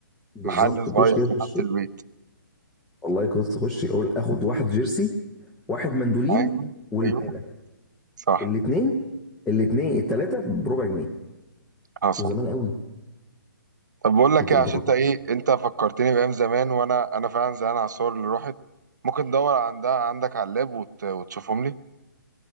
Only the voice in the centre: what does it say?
بالظبط
كشك كده تخش
والله كنت تخش اقول اخد واحد جيرسي واحد مندولين
والبانه
الاتنين الاتنين التلاتة بربع جنيه
شو زمان قوي
انت
انت
فاكر